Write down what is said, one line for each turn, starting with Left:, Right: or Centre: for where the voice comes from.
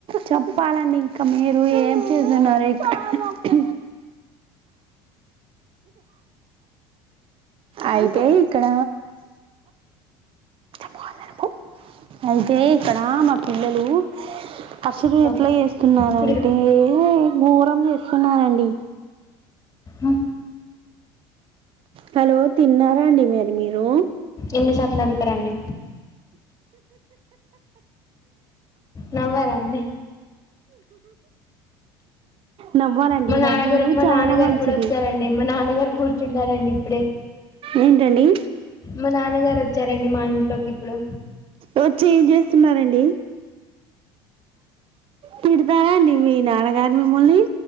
Right: చెప్పాలండి ఇంకా మీరు ఏం చేస్తున్నారు ఇ అయితే ఇక్కడ మళ్లనే ప్పు అయితే ఇక్కడ మా పిల్లలు అసలు
Left: బాబెట్
Right: ఎట్లా చేస్తున్నారంటే
Left: గిడిపి
Right: ఘోరం చేస్తున్నారండి
Left: ఉ
Right: హలో తిన్నారా అండి మరి మీరు
Left: ఎన్ని సాట్లడుగుతారండి నవ్వారాండి
Right: నవ్వాలండి
Left: మా నాన్నగారు
Right: నవ్వు
Left: మా
Right: చాలా
Left: నాన్నగారు
Right: మంచిది
Left: కూడా వచ్చారండి మా నాన్నగారు కూ చున్నారండి ఇప్పుడే
Right: ఏంటండి
Left: మా నాన్నగారు వచ్చారండి మా ఇంట్లోకి ఇప్పుడు
Right: వచ్చి ఏం చేస్తున్నారంండి, తిడతారా అండి మీ నాన్నగారు మిమ్ముల్ని.